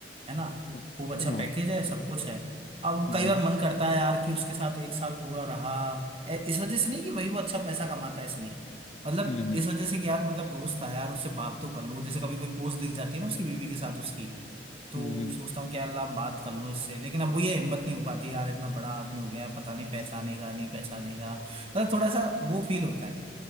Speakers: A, on the right (about 30°); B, on the left (about 35°).
A: है ना
B: अच्छा
A: खूब अच्छा
B: हम्म
A: पैकेज है सब कुछ है अब
B: हम्म
A: कई बार मन करता है यार कि उसके साथ एक साल पूरा रहा ए- इस वजह से नहीं कि वही वो अच्छा पैसा कमाता है इसलिए मतलब
B: हम्म
A: इस वजह से कि यार मतलब दोस्त था यार उससे बात तो कर लूं जैसे कभी कोई पोस्ट दिख जाती है ना उसकी बीवी के साथ उसकी तो
B: हम्म, हम्म।
A: सोचता हूँ कि यार ला बात कर लूं इससे लेकिन अब वो ये हिम्मत नहीं हो पाती यार इतना बड़ा आदमी हो गया है पता नहीं पहचानेगा नहीं पहचानेगा मतलब थोड़ा सा वो फील होता है